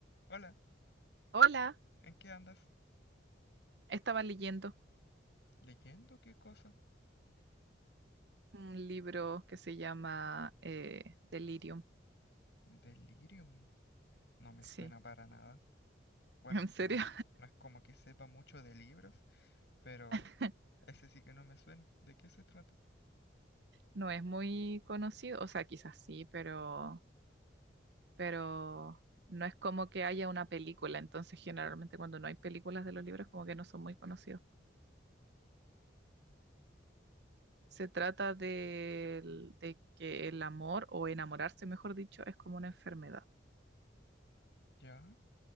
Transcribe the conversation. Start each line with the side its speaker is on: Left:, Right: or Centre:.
Left: Hola,
Right: Hola,
Left: ¿en qué andas?
Right: estaba leyendo
Left: ¿Leyendo qué cosa?
Right: un libro que se llama eh, Delirium.
Left: Delirium. No me
Right: Sí,
Left: suena para nada. Bueno,
Right: <laughs> en serio,
Left: no es, no es como que sepa mucho de libros, pero
Right: <laughs>
Left: ese sí que no me suena. ¿De qué se trata?
Right: no es muy conocido, o sea, quizás sí, pero, pero no es como que haya una película, entonces generalmente cuando no hay películas de los libros como que no son muy conocidos. Se trata del- de que el amor o enamorarse, mejor dicho, es como una enfermedad,
Left: ¿Ya?